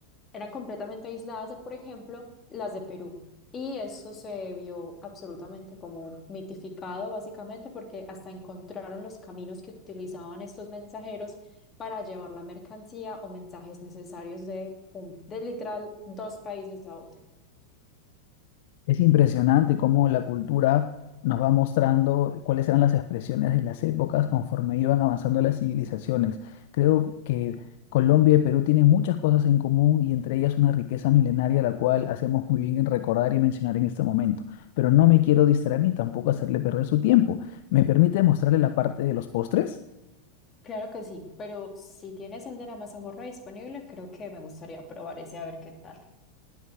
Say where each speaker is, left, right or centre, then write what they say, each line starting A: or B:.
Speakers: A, on the left; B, on the left.
A: eran completamente aisladas de, por ejemplo, las de Perú. Y eso se vio absolutamente como mitificado, básicamente, porque hasta encontraron los caminos que utilizaban estos mensajeros para llevar la mercancía o mensajes necesarios de, un, de literal dos países a otro.
B: Es impresionante cómo la cultura nos va mostrando cuáles eran las expresiones de las épocas conforme iban avanzando las civilizaciones. Creo que Colombia y Perú tienen muchas cosas en común y entre ellas una riqueza milenaria la cual hacemos muy bien en recordar y mencionar en este momento. Pero no me quiero distraer ni tampoco hacerle perder su tiempo. ¿Me permite mostrarle la parte de los postres?
A: Claro que sí, pero si tienes el de la mazamorra disponible, creo que me gustaría probar ese a ver qué tal.